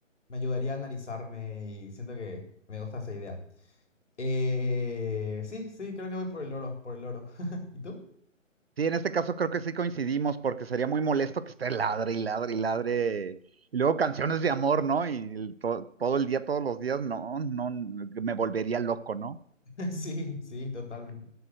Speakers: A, on the left; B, on the right.
A: me ayudaría a analizarme y siento que me gusta esa idea. Eh, sí, sí, creo que voy por el loro, por el loro. <laughs> ¿Y tú?
B: Sí, en este caso creo que sí coincidimos, porque sería muy molesto que esté ladre y ladre y ladre. Y luego canciones de amor, ¿no? Y el to- todo el día, todos los días, no, no, me volvería loco, ¿no?
A: <laughs> Sí, sí, totalmente.